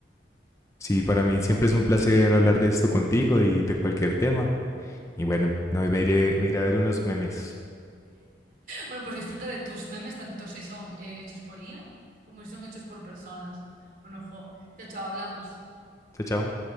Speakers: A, on the left; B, on the right.
A: sí, para mí siempre es un placer hablar de esto contigo y de cualquier tema. Y bueno, no, me iré, me iré a ver unos memes.
B: Bueno, pues disfruta de tus memes, tanto si son eh, hechos por IA como si son hechos por personas. Bueno, ojo, chao, chao, hablamos.
A: Chao, chao.